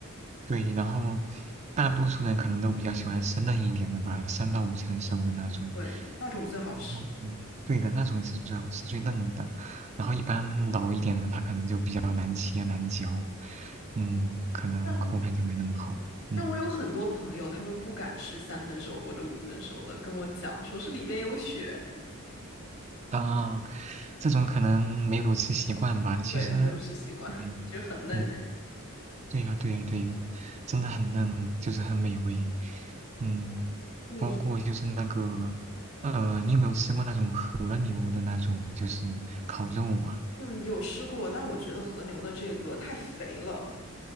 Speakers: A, on the right (about 35°); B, on the left (about 80°).
A: 对，然后大多数人可能都比较喜欢吃嫩一点的吧，三到五成熟的那种。
B: 对，那种最好吃。
A: 然后嗯，对的，那种是最好吃、最嫩的。然后一般老一点的，它可能就比较难切、难嚼，嗯，可能口感就没那么好。
B: 但
A: 嗯
B: 但我有很多朋友，他们不敢吃三分熟或者五分熟的，跟我讲说是里边有血，
A: 啊，这种可能没有吃习惯吧。
B: <laughs>
A: 其实，
B: 对，他没有吃习惯，
A: 嗯嗯。
B: 其实很嫩呢。
A: 对呀，对呀，对呀，真的很嫩，就是很美味。嗯，
B: 你。
A: 包括就是那个，呃，你有没有吃过那种和牛的那种，就是烤肉啊？
B: 嗯，有吃过，但我觉得和牛的这个太肥了。